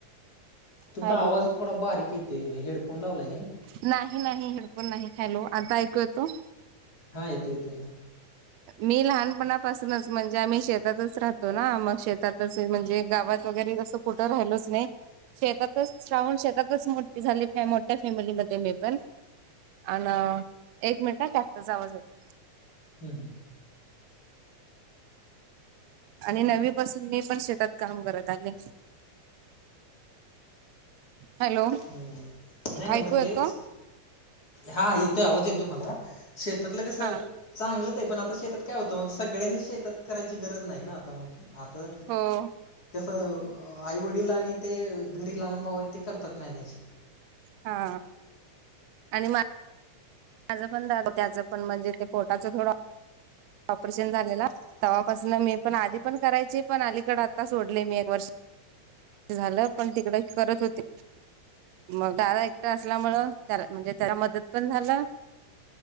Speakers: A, on the left; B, on the right.
A: तुमचा
B: हॅलो
A: आवाज थोडा बारीक येतोय, हेडफोन लावलाय काय?
B: नाही नाही हेडफोन नाही चालू, आता ऐकू येतो?
A: हा येतो येते हा.
B: मी लहानपणापासूनच म्हणजे आम्ही शेतातच राहतो ना मग शेतात. तसं म्हणजे गावात वगैरे तसं कुठं राहिलोचं नाही. शेतातच श्रावण शेतातचं मोठ झाली मोठ्या फॅमिलीमध्ये मी पण. अनं एक मिनिटं टॅक्टर आवाज येतोय.
A: हम् हम.
B: आणि नववीपसून मी पण शेतात काम करत आले. हॅलो
A: हम् नाही नाही
B: ऐकू
A: मग
B: येतो
A: ते हा येतोय आवाज येतोय मला. शेतातलं कसं.
B: हा
A: चांगलंच आहे पण आता शेतात काय होतं मग सगळ्यांनी शेतात करायची गरज नाही ना आता मग आता.
B: हो.
A: तसं आईवडील आणि ते घरी लहान भाऊ आहेत ते करतात मॅनेज.
B: हा आणि. माझं पण दादा त्याचं पण म्हणजे ते पोटाचं थोडं ऑपरेशन झालेला. तेव्हापासून मी पण आधी पण करायचे पण अलीकडे आता सोडले मी एक वर्ष. झालं पण तिकड करत होते मग दादा एकटा असल्यामुळं. त्याला म्हणजे त्याला मदत पण झालं.